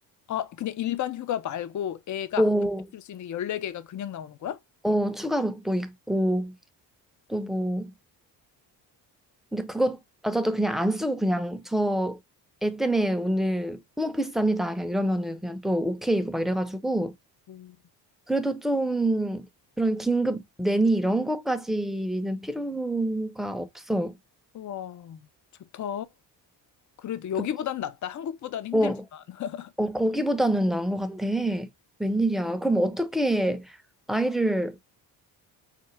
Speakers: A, on the left; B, in the centre.
A: 아, 그냥 일반 휴가 말고 애가
B: 오.
A: 아플 수 있는 게 14개가 그냥 나오는 거야?
B: 어, 추가로 또 있고, 또 뭐, 근데 그것마저도 그냥 안 쓰고 그냥 저 애 때문에 오늘 홈오피스 합니다. 그냥 이러면은 그냥 또 오케이고 막 이래가지고,
A: 음.
B: 그래도 좀 그런 긴급 내니 이런 것까지는 필요가 없어.
A: 우와, 좋다. 그래도 여기보단
B: 그-
A: 낫다. 한국보다는 힘들지만.
B: 어,
A: <laughs>
B: 어, 거기보다는 나은 것 같아. 웬일이야. 그럼 어떻게 아이를